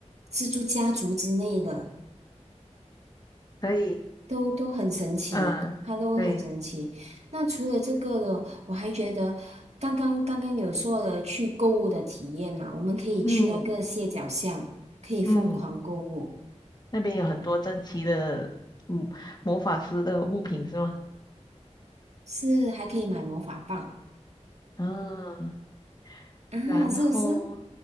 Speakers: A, on the right; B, on the left.
A: 蜘蛛家族之类的，
B: 可以，
A: 都都很神奇，
B: 嗯、
A: 它都很神奇。
B: 对。
A: 那除了这个的，我还觉得刚刚刚刚有说了去购物的体验嘛，我们可以去那个蟹脚巷，
B: 嗯
A: 可以疯狂购物。
B: 嗯，那边有很多珍奇的，嗯，魔法师的物品是吗？
A: 是还可以买魔法棒
B: 啊，
A: 啊，
B: 然后
A: 是不是？